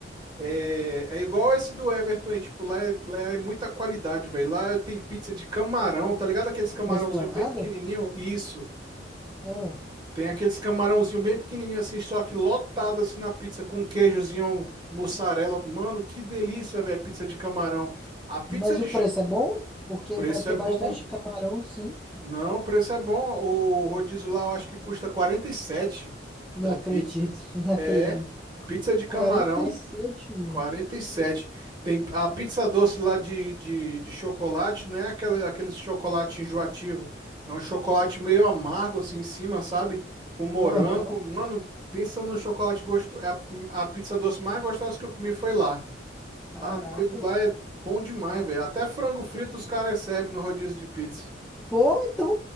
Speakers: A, on the right; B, in the centre.
A: é, é igual esse do Everton aí. Tipo, lá é, lá é muita qualidade, velho. Lá tem pizza de camarão, tá ligado? Aqueles camarãozinho
B: Na esplanada?
A: bem pequenininho? Isso.
B: Ah.
A: Tem aqueles camarãozinho bem pequenininho assim, só que lotado assim na pizza com queijozinho, mussarela. Mano, que delícia, velho, pizza de camarão. A pizza
B: Mas
A: de,
B: e o preço é bom? Porque
A: O preço
B: pra ter
A: é bom.
B: bastante camarão, sim.
A: Não, o preço é bom. O rodízio lá eu acho que custa 47
B: Não
A: da
B: acredito,
A: pizza.
B: <laughs> não acredito.
A: É, pizza de camarão,
B: quarenta e sete mano.
A: 47. Tem a pizza doce lá de, de, de chocolate, não é aquela, aquele chocolate enjoativo. É um chocolate meio amargo assim em cima, sabe? Com morango.
B: Aham.
A: Mano, pensa num chocolate gostoso. A, a pizza doce mais gostosa que eu comi foi lá.
B: Caraca.
A: Tá doido, lá é bom demais, velho. Até frango frito os caras servem no rodízio de pizza.
B: Pô, então.